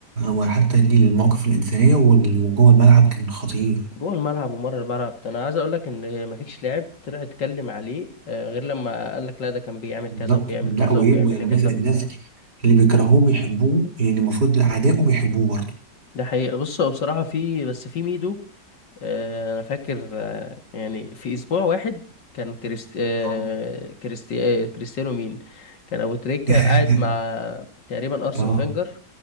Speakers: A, on the right; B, on the left.
A: وحتى ليه المواقف الانسانيه وال- وجوه الملعب كان خطير
B: جوه الملعب ومره الملعب ده انا عايز اقول لك ان مفيش لاعب طلع اتكلم عليه آه، غير لما قال لك لا ده كان بيعمل
A: بالظبط
B: كذا وبيعمل
A: لا
B: كذا
A: وايه
B: وبيعمل
A: والناس
B: لي كذا
A: الناس اللي بيكرهوه بيحبوه يعني المفروض اعدائه بيحبوه برضه
B: ده حقيقة بص هو بصراحة في بس في ميدو آه، انا فاكر آه، يعني في اسبوع واحد كان كريست... آه،
A: اه
B: كريستي... آه، كريستيانو مين كان ابو تريكة
A: <laughs>
B: قاعد مع تقريبا ارسن
A: اه
B: فينجر